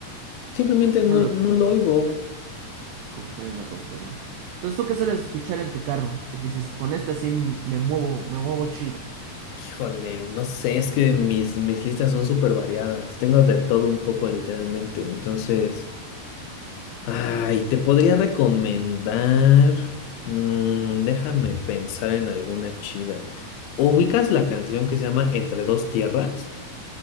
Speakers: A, on the left; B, on the right.
A: Simplemente
B: No
A: no,
B: lo
A: no
B: tuyo.
A: lo oigo.
B: Comprendo, comprendo. Entonces, ¿tú qué sueles escuchar en tu carro? Que dices, con esta sí m- me muevo, me muevo chido.
A: Híjole, no sé, es que mis, mis listas son súper variadas. Tengo de todo un poco, literalmente. Entonces, ay, te podría recomendar. mm, déjame pensar en alguna chida. ¿Ubicas la canción que se llama Entre dos tierras?